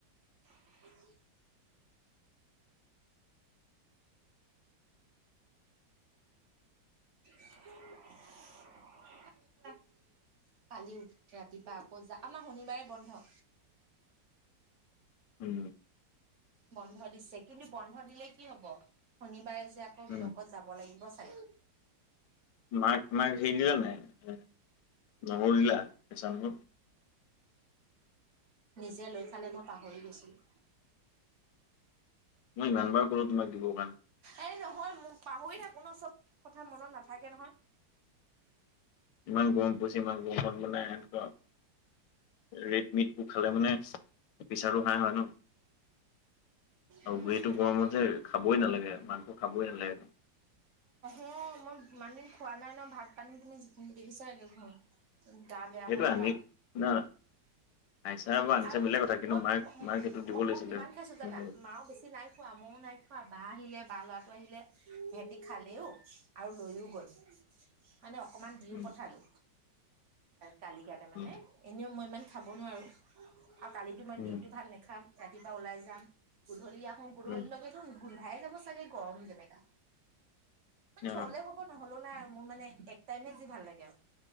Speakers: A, on the right; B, on the left.
A: হয় <unintelligible> <unintelligible> <unintelligible> কালি উম, ৰাতিপুৱা আকৌ যা আমাৰ শনিবাৰে বন্ধ
B: উম।
A: বন্ধ দিছে, কিন্তু বন্ধ দিলে কি হ'ব, শনিবাৰে যে আকৌ
B: উম
A: ব্লকত যাব লাগিব চাগে।
B: মাক, মাক হেৰি দিলা নাই, এ নহৰু দিলা, কেচা নহৰু।
A: নিজে লৈ খালে, মই পাহৰি গৈছিলোঁ।
B: মই ইমান বাৰ ক'লো তোমাক দিবৰ কাৰণে।
A: এই নহয়, পাহৰি থাকো ন, চব কথা মনত নাথাকে নহয়।
B: ইমান গৰম পৰিছে, ইমান গৰমত মানে এনেকুৱা ৰেড মিটতো খালে মানে, প্ৰেচাৰটো হাই হয় ন
A: উম
B: আৰু এইটো
A: গম
B: গৰমত
A: পা
B: যে, খাবই নালাগে, মাংস খাবই নালাগে।
A: অ', মই ইমান দিন খোৱা নাই ন ভাত পানী, দেখিছা দেখোন ঘৰত। গা বেয়া
B: সেইটো
A: হোৱা
B: আনি
A: পাৰা।
B: না আনিছা বা আনিছা
A: আৰু
B: বেলেগ কথা কিন্তু
A: মই,
B: মাক মাক সেইটো দিব লাগিছিলে
A: মই কিমান খাইছো জানা,
B: উম
A: মাওঁ বেছি নাই খোৱা, মইওঁ নাই খোৱা বা আহিলে বা লৰাটো আহিলে, সিহঁতি খালেওঁ, আৰু লৈওঁ গল। মানে অকমান দিওঁ
B: উম
A: পঠালো, কালি কাৰণে মানে
B: উম
A: এনেওঁ মই ইমান খাব নোৱাৰোঁ, আৰু কালিতো মই
B: উম
A: দিনটো ভাত নাখাম ৰাতিপুৱা ওলাই যাম, গধূলি আহো, গধূলিৰ
B: উম
A: লগতো গোন্ধাই যাব চাগে, গৰম যেনেকা। মানে
B: অ
A: হ'লে হ'ব নহ'লেও নাই, আৰু মোৰ মানে এক টাইমে যি ভাল লাগে আৰু।